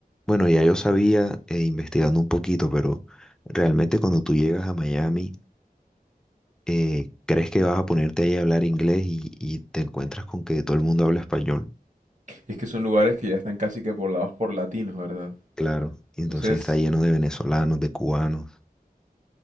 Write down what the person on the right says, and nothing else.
Es que son lugares que ya están casi que poblados por latinos, ¿verdad?
Entonces,